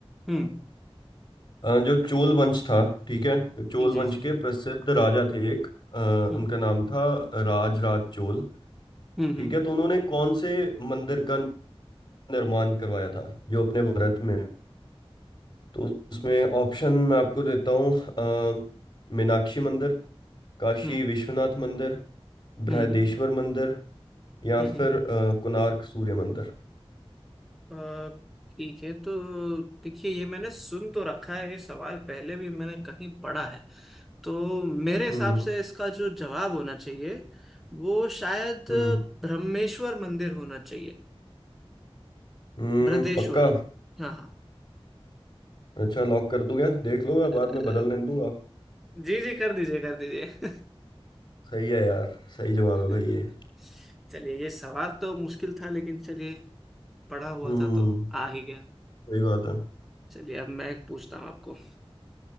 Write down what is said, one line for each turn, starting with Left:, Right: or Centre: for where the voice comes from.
Centre: हम्म
Left: अ, जो चोल वंश था ठीक है चोल
Centre: जी
Left: वंश
Centre: जी
Left: के प्रसिद्ध राजा थे एक अ,
Centre: हम्म
Left: उनका नाम था राजराज चोल
Centre: हम्म
Left: ठीक
Centre: हम्म
Left: है तो उन्होंने कौन से मंदिर का निर्माण करवाया था जो अपने भारत में है? तो उसमें ऑप्शन मैं आपको देता हूँ अ, मीनाक्षी मंदिर काशी
Centre: हम्म
Left: विश्वनाथ मंदिर
Centre: हम्म
Left: बृहदेश्वर मंदिर या
Centre: हम्म हम्म।
Left: फिर अ, कोणार्क सूर्य मंदिर
Centre: अ, ठीक है तो देखिए ये मैंने सुन तो रखा है ये सवाल पहले भी मैंने कहीं पढ़ा है तो मेरे हिसाब
Left: हम्म
Centre: से इसका जो जवाब होना चाहिए वो शायद
Left: हम्म
Centre: ब्रह्मेश्वर मंदिर होना चाहिए
Left: हम्म
Centre: बृहदेश्वर
Left: पक्का
Centre: हाँ हाँ
Left: अच्छा लॉक कर दूं क्या देख लो मैं
Centre: अ,
Left: बाद में बदलने नहीं दूंगा
Centre: जी जी कर दीजिए कर दीजिए
Left: सही है यार सही जवाब
Centre: <laughs>
Left: है भाई ये
Centre: चलिए ये सवाल तो मुश्किल था लेकिन चलिए पढ़ा हुआ
Left: हम्म
Centre: था तो आ ही गया
Left: सही बात है
Centre: चलिए अब मैं एक पूछता हूँ आपको